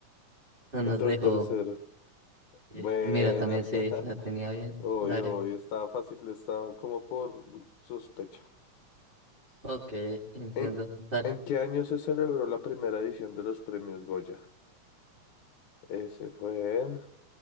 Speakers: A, on the right; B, on the left.
A: No nos
B: Entró
A: dejo.
B: el tercero.
A: Eh,
B: Buena.
A: Mira, también sí,
B: <laughs>
A: la tenía bien.
B: Hoy,
A: Dale.
B: hoy estaba fácil, estaba como por sospecha.
A: Ok, entiendo.
B: ¿En,
A: Dale.
B: en qué año se celebró la primera edición de los premios Goya? Ese fue en.